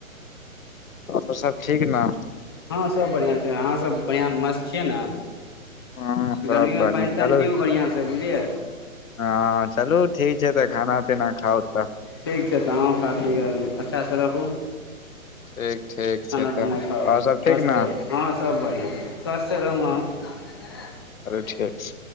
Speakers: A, on the left; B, on the left.
A: त सब ठीक ने
B: हँ सभ बढ़िआँ छै अहाँसभ बढ़िआँ मस्त छियै ने
A: ह सब
B: गरमीमे
A: बढ़िया
B: पानि तानि
A: चलू
B: पिू बढ़िआँसँ बुझलियै
A: हँ चलू त ठीक छै तऽ खाना पीना खाउ तऽ
B: ठीक छै तऽ अहू खातिर अच्छासँ रहू
A: ठीक ठीक छै
B: खाना
A: तऽ
B: पीना खाओ
A: आओर सब
B: स्वस्थ
A: ठीक न
B: रहो हँ सब बढ़िआं स्वस्थ रहु आँहा
A: चलू ठीक छै